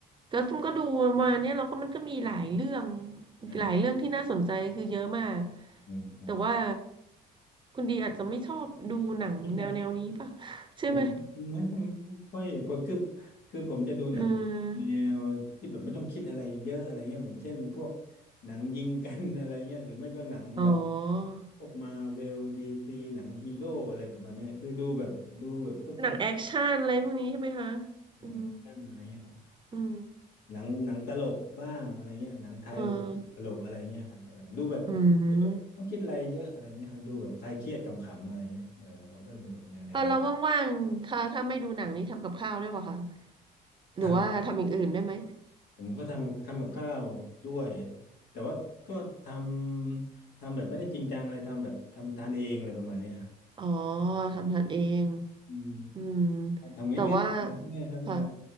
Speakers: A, on the right; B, on the left.
A: แล้วตุ้มก็ดูมาเนี่ยเราก็มันก็มีหลายเรื่อง
B: อ่า
A: หลายเรื่องที่น่าสนใจคือเยอะมาก
B: อืมอ่า
A: แต่ว่าคุณดีอาจจะไม่ชอบดูหนังแนวแนวนี้ป่ะ
B: เนี่ย
A: <laughs> ใช่ไหม
B: ผมไม่ไม่ค่อยผมคือคือผมจะดูหนังแนวที่แบบไม่ต้องคิดอะไรเยอะอะไรเงี้ยอย่างเช่นพวก
A: เออ
B: หนังยิงกันอะไรเงี้ยหรือไม่ก็หนังแบบ
A: อ๋อ
B: พวกมาเวลดีซีหนังฮีโร่อะไรประมาณเนี้ยคือดูแบบดูแบบเพื่อความ
A: หนังแอคชั่นอะไรพวกนี้ใช่ไหมคะ
B: หนังแอคชั่นอะไรเงี้ยครับ
A: อืมอืม
B: หนังหนังตลกบ้างอะไรเงี้ยหนังไทยแบบตลกอะไรเงี้ยครับเออดูแบบ
A: เอออืม
B: ต้องคิดอะไรเยอะอะไรเงี้ยครับดูแบบคลายเครียดขำๆอะไรเงี้ยเออผมชอบดูแบบแนวแนวนั้น
A: เออเราว่างๆถ้าถ้าไม่ดูหนังนี้ทำกับข้าวได้วยป่ะคะ
B: ท
A: หรือว่าทำอย่างอื่นได้ไหม
B: ำผมก็ทำทำกับข้าวด้วยแต่ว่าก็ทำทำแบบไม่ได้จริงจังอะไรทำแบบทำทานเองอะไรประมาณเนี้ยครับ
A: อ๋อทำทานเอง
B: อืม
A: อืม
B: ทำง่ายๆง่ายๆครับเออ
A: แต่ว่าค่ะ